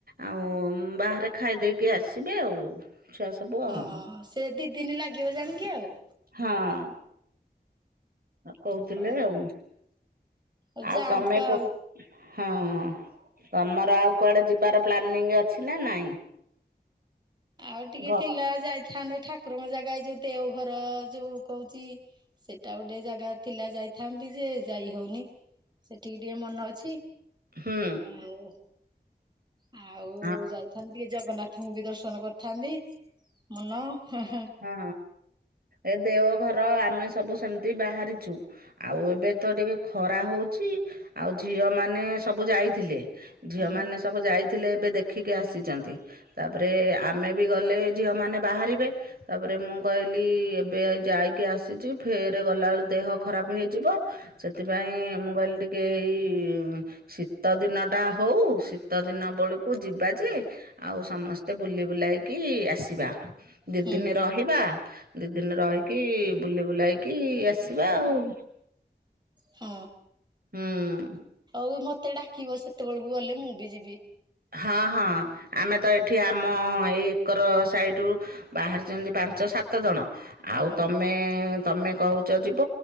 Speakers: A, on the right (about 60°); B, on the right (about 25°).
A: ଆଉ ବାହାରେ ଖାଇ ଦେଇକି ଆସିବେ ଆଉ ଛୁଆ। ସବୁ
B: ହଁ
A: ଆଉ।
B: ସେ ଦି ଦିନ ଲାଗିବ ଜାଣିକି ଆଉ।
A: ହଁ କହୁଥିଲେ
B: ହଁ
A: ଆଉ
B: ହଉ ଯାଆନ୍ତୁ
A: ଆଉ ତମେ କ
B: ଆଉ
A: ହଁ ତମର ଆଉ କୁଆଡେ ଯିବାର ପ୍ଲାନିଂ ଅଛି ନା ନାଇଁ?
B: ଆଉ ଟିକେ
A: ଘ
B: ଥିଲା ଯାଇଥାନ୍ତେ ଠାକୁରଙ୍କ ଜାଗା ଯୋଉ ଦେଓଘର ଯୋଉ କହୁଛି। ସେଟା ଗୋଟେ ଜାଗା ଥିଲା ଯାଇଥାନ୍ତି ଯେ ଯାଇ ହଉନି ସେଠିକି ଟିକେ ମନ ଅଛି।
A: ହୁଁ
B: ହାଉ ଆଉ
A: ହଁ।
B: ଯାଇଥାନ୍ତି ଟିକେ ଜଗନ୍ନାଥଙ୍କୁ ବି ଦର୍ଶନ କରିଥାନ୍ତି ମନ ହୁ ହୁ।
A: ହଁ ଏ ଦେଓଘର ଆମେ ସବୁ ସେମିତି ବାହାରିଛୁ। ଆଉ ଏବେ ତ ଟିକେ ଖରା ହଉଛି ଆଉ ଝିଅ ମାନେ ସବୁ ଯାଇଥିଲେ। ଝିଅମାନେ
B: ହଁ
A: ସବୁ ଯାଇଥିଲେ ଏବେ ଦେଖିକି ଆସିଛନ୍ତି। ତାପରେ ଆମେ ବି ଗଲେ ଝିଅ ମାନେ ବାହାରିବେ ତାପରେ ମୁଁ କହିଲି ଏବେ ଯାଇକି ଆସିଛି ଫେର ଗଲାବେଳୁ ଦେହ ଖରାପ ହେଇଯିବ। ସେଥିପାଇଁ ମୁଁ କହିଲି ଟିକେ ଏଇ ଶି ଶୀତ ଦିନ ଟା ହଉ ଶୀତ ଦିନ ବଳୁ କୁ ଯିବା ଯେ ଆଉ ସମସ୍ତେ ବୁଲି ବୁଲାଇକି ଆସିବା।
B: ହଁ
A: ଦିନ ରହିବା ଦିଦିନ ରହିକି ବୁଲି ବୁଲାଇକି ଆସିବା ଆଉ।
B: ହଁ
A: ହୁଁ
B: ହଉ ମତେ ଡାକିବ ସେତେବେଳକୁ ଗଲେ ମୁଁ ବି ଯିବି।
A: ହଁ ହଁ ଆମେ ତ ଏଠି ଆମ ଏଇ ଏକର ସାଇଡ଼ରୁ ବାହାରିଛନ୍ତି ପାଞ୍ଚ ସାତ ଜଣ ଆଉ
B: ହଉ
A: ତମେ ତମେ କହୁଛ ଯିବ।